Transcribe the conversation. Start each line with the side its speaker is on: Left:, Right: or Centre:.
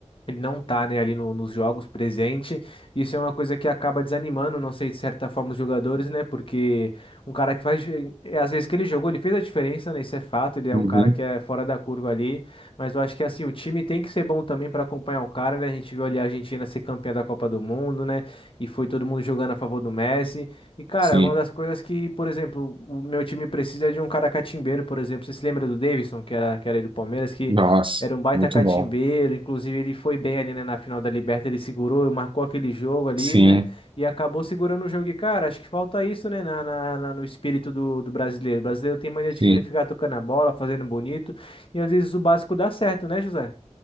Left: Ele não tá, né, ali no- nos jogos presente. Isso é uma coisa que acaba desanimando, não sei, de certa forma, os jogadores, né? Porque um cara que faz. difer- é, Às vezes que ele jogou, ele fez a diferença, né? Isso é fato. Ele é
Right: Uhum.
Left: um cara que é fora da curva ali. Mas eu acho que, assim, o time tem que ser bom também para acompanhar o cara, né? A gente viu ali a Argentina ser campeã da Copa do Mundo, né? E foi todo mundo jogando a favor do Messi. E, cara,
Right: sim.
Left: é uma das coisas que, por exemplo, o meu time precisa é de um cara catimbeiro, por exemplo. Você se lembra do Davidson, que era, que era aí do Palmeiras, que.
Right: Nossa,
Left: Era um baita
Right: muito
Left: catimbeiro,
Right: bom.
Left: inclusive ele foi bem ali, né, na final da Liberta, ele segurou, marcou aquele jogo ali,
Right: Sim,
Left: né, e acabou segurando o jogo. E, cara, acho que falta isso, né, na, na- na- no espírito do, do brasileiro. O brasileiro tem mania de
Right: sim.
Left: querer ficar tocando a bola, fazendo bonito, e às vezes o básico dá certo, né, José?